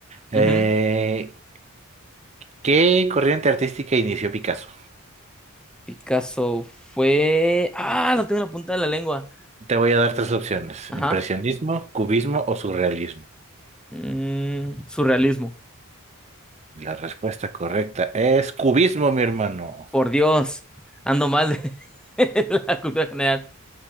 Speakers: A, on the right; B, in the centre.
A: Eh,
B: Ujú.
A: ¿qué corriente artística inició Picasso?
B: Picasso fue. Ah, lo tengo en la punta de la lengua.
A: Te voy a dar tres opciones:
B: Ajá.
A: impresionismo, cubismo o surrealismo.
B: Mm, surrealismo.
A: La respuesta correcta es cubismo, mi hermano.
B: Por Dios. Ando mal de <laughs> la cultura general.